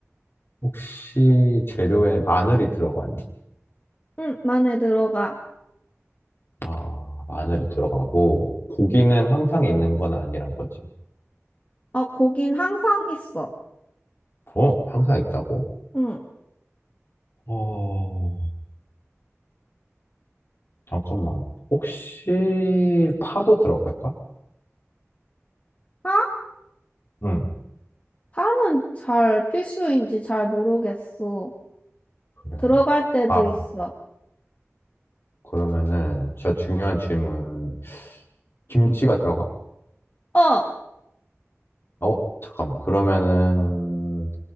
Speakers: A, on the left; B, on the left.
A: 혹시 재료에 마늘이 들어가니?
B: 응, 만에 들어가.
A: 아, 마늘이 들어가고, 고기는 항상 있는 건 아니란 거지.
B: 어, 고긴 항상 있어.
A: 어? 항상 있다고?
B: 응.
A: 어, 잠깐만. 혹시 파도 들어갈까?
B: 아?
A: 응.
B: 다는 잘 필수인지 잘 모르겠어.
A: 그래.
B: 들어갈 때도
A: 아,
B: 있어.
A: 그러면은 진짜 중요한 질문. 김치가 들어가?
B: 어,
A: 어, 잠깐만. 그러면은